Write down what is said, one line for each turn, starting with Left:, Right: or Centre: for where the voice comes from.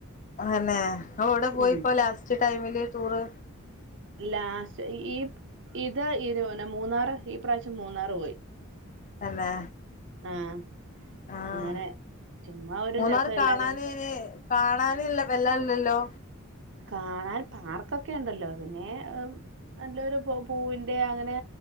Left: അതെന്നെ ഇങ്ങള് എവടെ പോയിപ്പോ
Right: ഉം
Left: ലാസ്റ്റ് ടൈമില് ടൂറ്
Right: ലാസ്റ്റ് ഈ ഇത് ഇത് പോനെ മൂന്നാറ് ഈ പ്രാശ്യം മൂന്നാറ് പോയി
Left: തന്നെ
Right: ആഹ്
Left: ആഹ്
Right: അങ്ങനെ ചുമ്മാ ഒരു
Left: മൂന്നാറ്
Right: രസം
Left: കാണാന്
Right: എല്ലാരും
Left: ന് ന് കാണാന് വല്ലാ ഇല്ലല്ലോ
Right: കാണാൻ പാർക്കൊക്കെ ഉണ്ടല്ലോ പിന്നെ നല്ലൊരു പൂവിന്റെ അങ്ങനെ